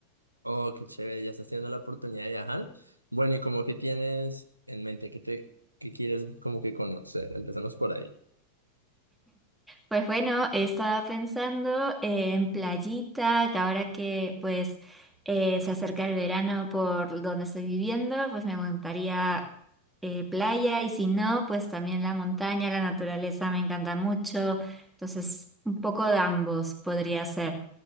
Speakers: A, on the right; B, in the centre.
A: Oh, qué chévere, ya estás teniendo la oportunidad de viajar. Bueno, ¿y como que tienes en mente? ¿Qué te, qué quieres como que conocer? Empezamos por ahí.
B: Pues bueno, estaba pensando en playita, que ahora que pues eh, se acerca el verano por donde estoy viviendo, pues me gustaría eh, playa y si no, pues también la montaña, la naturaleza me encanta mucho, entonces un poco de ambos podría ser.